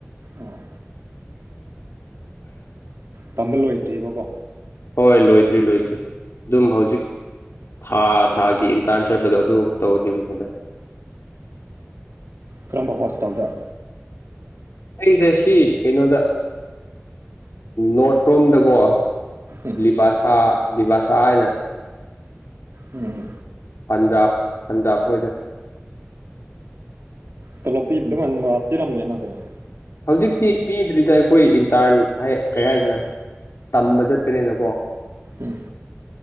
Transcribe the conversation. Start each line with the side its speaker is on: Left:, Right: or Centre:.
Right: ꯑꯣ ꯇꯝꯕ ꯂꯣꯏꯗ꯭ꯔꯤꯑꯕꯀꯣ
Left: ꯍꯣꯏ ꯂꯣꯏꯗ꯭ꯔꯤ ꯂꯣꯏꯗ꯭ꯔꯤ ꯑꯗꯨꯝ ꯍꯧꯖꯤꯛ ꯊꯥ ꯊꯥꯒꯤ ꯏꯟꯇꯥꯟ ꯆꯠꯄꯗꯣ ꯑꯗꯨ ꯇꯧꯔꯤꯕꯅꯤꯗ
Right: ꯀꯔꯝꯕ ꯍꯣꯁꯄꯤꯇꯥꯜꯗ
Left: ꯑꯩꯁꯦ ꯁꯤ ꯀꯩꯅꯣꯗ ꯅꯣꯔꯠ ꯔꯣꯝꯗꯀꯣ
Right: ꯎꯝ
Left: ꯂꯤꯚꯥꯁꯥ ꯂꯤꯕꯥꯥꯁꯥ ꯍꯥꯏꯅ
Right: ꯎꯝ ꯎꯝ
Left: ꯑꯟꯗꯞ ꯑꯟꯗꯞ ꯑꯣꯏꯅ
Right: ꯆꯂꯣ ꯏ ꯋꯥꯔꯝꯃꯦꯅꯥ ꯀꯅ
Left: ꯍꯧꯖꯤꯛꯇꯤ ꯄꯤꯗ꯭ꯔꯤꯗ ꯑꯩꯈꯣꯏ ꯇꯔꯟ ꯀꯩ ꯍꯥꯏꯗꯅ ꯇꯝꯕ ꯆꯠꯄꯅꯤꯅꯀꯣ
Right: ꯎꯝ